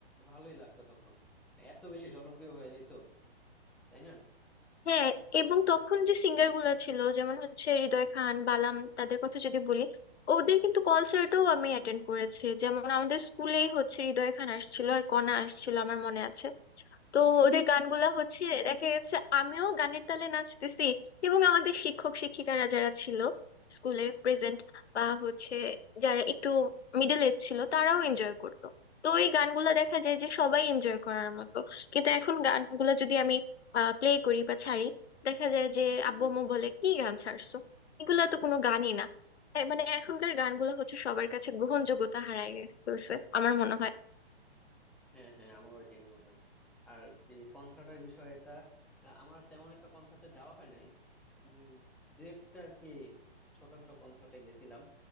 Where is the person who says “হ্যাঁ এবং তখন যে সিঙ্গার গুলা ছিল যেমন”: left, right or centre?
Left